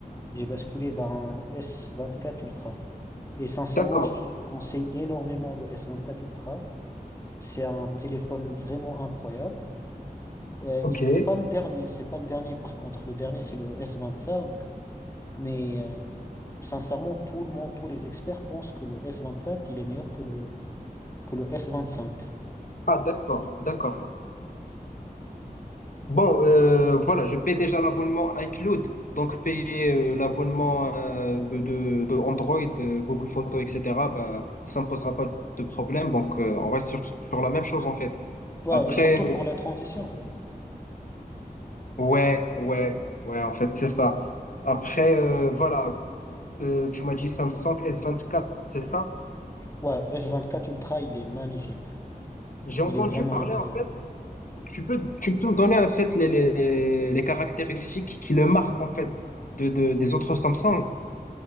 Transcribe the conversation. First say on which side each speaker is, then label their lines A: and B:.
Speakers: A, on the left (about 20°); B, on the left (about 60°).
A: j'ai basculé vers un s vingt quatre Ultra. Et sincèrement,
B: D'accord.
A: je te conseille énormément le s vingt quatre Ultra. C'est un téléphone vraiment incroyable. Euh,
B: OK.
A: il, c'est pas le dernier, c'est pas le dernier par contre. Le dernier, c'est le s vingt cinq. Mais euh, sincèrement, tout le monde, tous les experts pensent que le s vingt quatre il est meilleur que le, que le s vingt cinq.
B: Ah, d'accord. D'accord. Bon, euh, voilà, je paie déjà l'abonnement iCloud, donc payer euh, l'abonnement euh, de, de, de Android, euh, Google Photos, etc., ben, ça ne posera pas de problème. Donc, euh, on reste sur, sur la même chose, en fait.
A: Ouais,
B: Après,
A: et surtout
B: euh,
A: pour la transition.
B: ouais, ouais, ouais, en fait, c'est ça. Après, euh, voilà, euh, tu m'as dit Samsung s vingt-quatre, c'est ça?
A: Ouais, S24 Ultra, il est magnifique.
B: J'ai entendu
A: Il est vraiment
B: parler,
A: incroyable.
B: en fait, Tu peux, tu peux me donner en fait les, les, les caractéristiques qui le marquent en fait de, de- des autres Samsung?